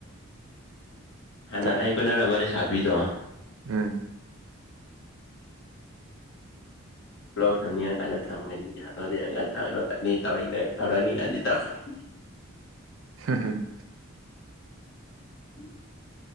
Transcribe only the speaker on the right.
ꯇꯥꯏ
ꯎꯝ
ꯍꯝ ꯍꯝ